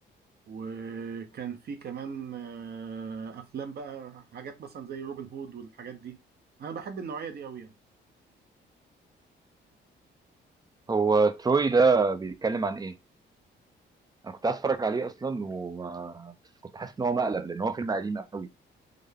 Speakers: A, on the right; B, on the right.
A: وكان في كمان آه، افلام بقى حاجات مثلا زي روبن هود والحاجات دي انا بحب النوعيه دي قوي يعني
B: هو تروي ده بيتكلم عن ايه انا كنت عايز اتفرج عليه اصلا وما بس كنت حاسس ان هو مقلب لان هو فيلم قديم قوي